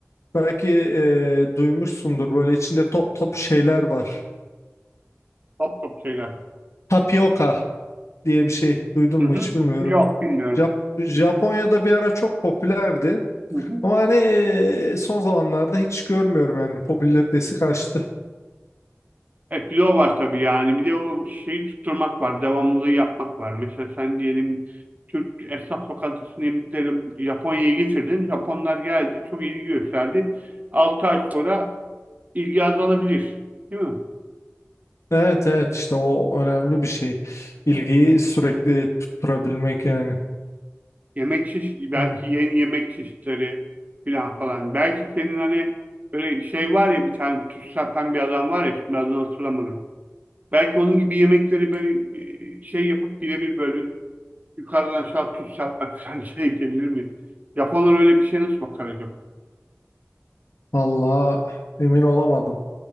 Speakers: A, on the left; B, on the right.
A: Belki e, duymuşsundur böyle içinde top top şeyler var.
B: Top top şeyler.
A: Tapioka diye bir şey duydun
B: Hı
A: mu
B: hı.
A: hiç bilmiyorum.
B: Yok bilmiyorum.
A: Jap- Japonya'da bir ara çok popülerdi.
B: Hı hı.
A: Ama hani e, son zamanlarda hiç görmüyorum yani popülaritesi kaçtı.
B: E bir de o var tabii yani. Bir de o şeyi tutturmak var. Devamlılığı yapmak var. Mesela sen diyelim Türk esnaf lokantasının yemekleri Japonya'ya getirdin. Japonlar geldi. Çok ilgi gösterdi. 6 ay sonra ilgi azalabilir. Değil mi?
A: Evet evet işte o önemli bir şey. İlgiyi sürekli tutturabilmek yani.
B: Yemek çeşitli belki
A: Ha,
B: yeni yemek çeşitleri filan falan. Belki senin hani böyle şey var ya bir tane tüs satan bir adam var ya şimdi adını hatırlamadım. Belki onun gibi yemekleri böyle e, şey yapıp birebir böyle yukarıdan aşağı tüs satmak falan <laughs> şey edebilir mi? Japonlar öyle bir şey nasıl bakar acaba?
A: Vallahi emin olamadım.